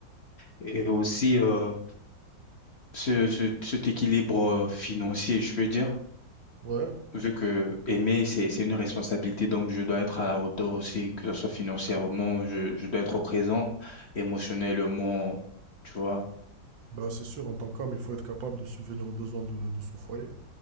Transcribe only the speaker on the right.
Ouais,
bah c'est sûr, en tant qu'homme, il faut être capable de subvenir aux besoins de, de son foyer.